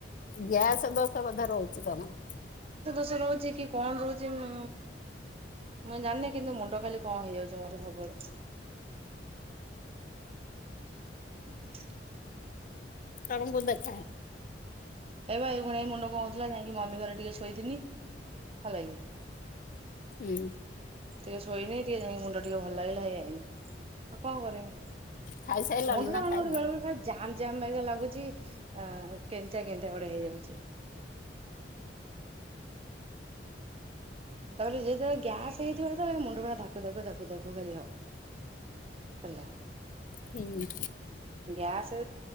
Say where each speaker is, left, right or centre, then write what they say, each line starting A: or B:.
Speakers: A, on the left (about 45°); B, on the right (about 35°).
A: ଗ୍ୟାସ ଦୋଷ ବୋଧେ ରହୁଛି ତମର?
B: <unintelligible> ରହୁଛି କି କଣ ରହୁଛି ମୁଁ ମୁଇଁ ଜାଣିନି କିନ୍ତୁ ମୁଣ୍ଡ ଖାଲି କଣ ହେଇଯାଉଛି ମୋର ସବୁବେଳେ। ହଁ
A: ଆମଙ୍କୁ ଦେଖା।
B: ଏ ବା ଏଉକ୍ଷଣି ଏଇ ମୁଣ୍ଡ କଣ ହଉଥିଲା ଯାଇକି ମମି ଘରେ ଟିକେ ଶୋଇଥିନି ହେଲାକି।
A: ହୁଁ
B: ଟିକେ ଶୋଇନି ଟିକେ ଯାଇ ମୁ ମୁଣ୍ଡ ଟିକେ ଭଲ ଲାଗିଲା ହେଇ ଆଇନି। ଆଉ କଣ କରମି?
A: ଖାଇସାଇଲଣି
B: ମୁଣ୍ଡ ଟା
A: ନା
B: ମାନେ
A: ଖାଇନ?
B: ମୋତେ ବେଳେ ବେଳେ ଜାମ୍ ଜାମ୍ ବାଗିଆ ଲାଗୁଚି। ଆ, କେମିତିଆ କେମତିଆ ଗୋଟେ ହେଇଯାଉଚି। ତାପରେ ଯେତେବେଳେ ଗ୍ୟାସ୍ ହେଇଥିବ ସେତେବେଳେ ମୁଣ୍ଡ ପୁରା ଧାକୁ ଧାକୁ ଧାକୁ ଧାକୁ ଖାଲି ହବ। ହେଲା।
A: ହୁଁ।
B: ଗ୍ୟାସ